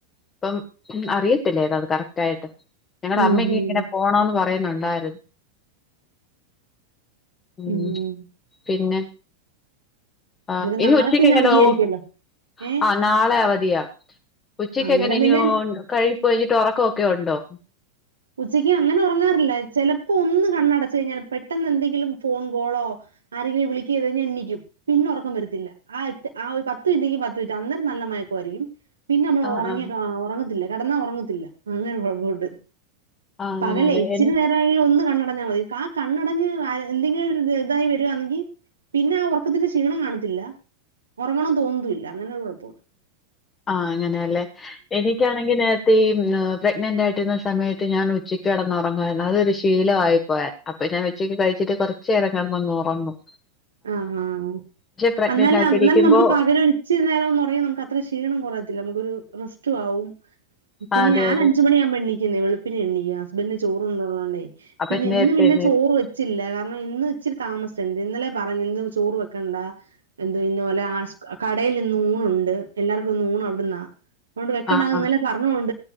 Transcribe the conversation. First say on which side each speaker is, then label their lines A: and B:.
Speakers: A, on the left (about 20°); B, on the right (about 70°).
A: അപ്പം അറിയത്തില്ല ഏതാ കറക്റ്റായിട്ട്. ഞങ്ങടെ
B: ഉം
A: അമ്മയ്ക്ക്
B: ഉം
A: ഇങ്ങനെ പോണോന്ന് പറയുന്നുണ്ടായിരുന്നു. മ്മ്ഹ്
B: ഉം.
A: പിന്നെ ആഹ്
B: അന്നേരം
A: ഇനി
B: നാളെ
A: ഉച്ചക്കെങ്ങനെ
B: പിന്നെ അവധിയായിരിക്കുവല്ലോ.
A: പോവും
B: ഏഹ്
A: ആ നാളെ അവധിയാ. ഉച്ചക്കെങ്ങനെ
B: അന്നേരം
A: ഇനി
B: പിന്നെ
A: കഴിപ്പ് കഴിഞ്ഞിട്ട് ഒറക്കൊക്കെ ഉണ്ടോ?
B: ഉച്ചയ്ക്ക് അങ്ങനെ ഉറങ്ങാറില്ല. ചെലപ്പോ ഒന്ന് കണ്ണടച്ച് കഴിഞ്ഞാൽ പെട്ടെന്നെന്തെങ്കിലും ഫോൺ കോളോ ആരെങ്കിലു വിളികക്കേതഴിഞ്ഞ എണീക്കും. പിന്നെ ഒറക്കം വരത്തില്ല. ആഹ് ആഹ് ഒരു പത്ത് മിൻറ്റെങ്കി പത്ത് മിൻറ്റ് അന്നേരം നല്ല മയക്കായിയിരിക്കും പിന്നെ നമ്മള്
A: ആ
B: ഒറങ്ങിയ
A: ആ
B: ഒറങ്ങത്തില്ല. കെടന്നാ ഒറങ്ങത്തില്ല അങ്ങനൊരു പ്രോബ്ലുണ്ട്
A: ആ അങ്ങനല്ലേ
B: പകലേ ഇച്ചിരിനേര ഒന്ന് കണ്ണടഞ്ഞാ മതി. ആ കണ്ണടഞ്ഞ് എന്തെങ്കിലും ഒരു ഇത് ഇതായി വരുകാന്നെങ്കി പിന്നെ ആ ഒറക്കത്തിന്റെ ക്ഷീണം കാണത്തില്ല. ഒറങ്ങണം തോന്നത്തുല്യ. അങ്ങനെ ഒരു കൊഴപ്പുണ്ട്.
A: ആഹ് അങ്ങനെയല്ലേ എനിക്കാണെങ്കി ഈ പ്രെഗ്നന്റ് ആയിട്ടിരുന്ന സമയത്ത് ഞാൻ ഉച്ചയ്ക്ക് കിടന്നുറങ്ങുവായിരുന്നതൊരു ശീലമായി പോയെ അപ്പൊ ഞാൻ ഉച്ചയ്ക്ക് കഴിച്ചിട്ട് കൊറേച്ചേരം കെടന്നങ്ങുറങ്ങും.
B: ആഹ് ആഹ്
A: പ്രഗ്നന്റ്
B: അന്നാലും
A: ആയിട്ടിരിക്കുമ്പോ
B: ന്നാലും നമ്മള് പകരം ഒര് ഇച്ചിരി നേരം ഒന്നുറങ്ങിയാ നമുക്കത്ര ക്ഷീണം കുറയത്തില്ലെ നമുക്കൊരു റെസ്റ്റും ആവും
A: ആ,
B: പിന്നെ
A: അതെ
B: ഞാൻ
A: അതെ
B: അഞ്ച് മണിയാവുമ്പോ എണീക്കുന്നെ വെളുപ്പിന് എണീക്കും ഹസ്ബന്റിനു ചോറ് കൊണ്ടൊണോണ്ടെ
A: അപ്പൊ
B: പിന്നെ
A: നേരത്തെ
B: ഇന്ന് പിന്നെ
A: എഴുന്നേൽക്കും
B: ചോറ് വെ ച്ചില്ല കാരണം ഇന്ന് ഇച്ചിരി താമസിച്ച്ന്റ് ഇന്നലെ പറഞ്ഞു ഇന്ന് ചോറ് വെക്കണ്ട എന്ത് ഇന്നപോലെ ആഹ് കടേൽ ഇന്ന് ഊണുണ്ട് എല്ലാർക്കും ഊൺ അവിട്ന്നാ അഓണ്ട് വെക്കണ്ടാന്ന്
A: ആഹ് ആഹ്
B: ഇന്നലെ പറഞ്ഞോണ്ട്